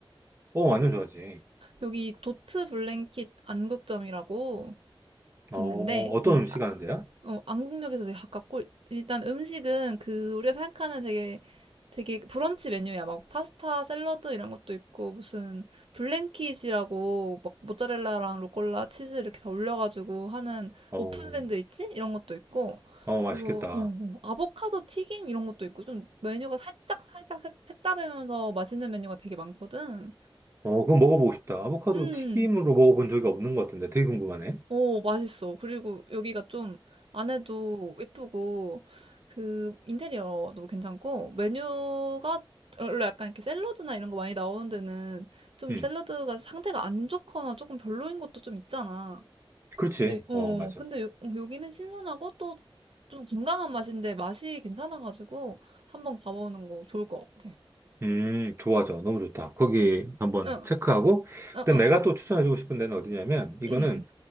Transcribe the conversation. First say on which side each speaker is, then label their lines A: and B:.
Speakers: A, on the right (about 25°); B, on the right (about 80°).
A: 어, 완전 좋아하지.
B: 여기 도트 블랭킷 안국점이라고
A: 어,
B: 있는데,
A: 어떤
B: 음,
A: 음식
B: 아,
A: 하는 데야?
B: 어, 안국역에서 되게 가깝고, 일단 음식은 그, 우리가 생각하는 되게, 되게 브런치 메뉴야. 막 파스타, 샐러드 이런 것도 있고, 무슨 블랭킷이라고, 막 모짜렐라랑 로꼴라, 치즈 이렇게 다 올려가지고 하는
A: 어,
B: 오픈 샌드위치? 이런 것도 있고,
A: 어, 맛있겠다.
B: 그리고, 어, 어, 아보카도 튀김 이런 것도 있고, 좀 메뉴가 살짝, 살짝 색- 색다르면서 맛있는 메뉴가 되게 많거든.
A: 어, 그거 먹어보고 싶다. 아보카도
B: 음.
A: 튀김으로 먹어본 적이 없는 것 같은데 되게 궁금하네.
B: 오, 맛있어. 그리고 여기가 좀 안에도 예쁘고, 그 인테리어도 괜찮고, 메뉴가 원래 약간 이렇게 샐러드나 이런 거 많이 나오는 데는 좀
A: 음,
B: 샐러드가 상태가 안 좋거나 조금 별로인 것도 좀 있잖아.
A: 그렇지.
B: 근데, 어,
A: 어, 맞아.
B: 근데 요- 어, 여기는 신선하고 또 좀 건강한 맛인데 맛이 괜찮아가지고 한번 가보는 거 좋을 것 같아.
A: 음, 좋아, 져 너무 좋다. 거기 한번
B: 응,
A: 체크하고.
B: 응,
A: 그다음
B: 응,
A: 내가 또 추천해주고 싶은 데는 어디냐면 이거는
B: 응,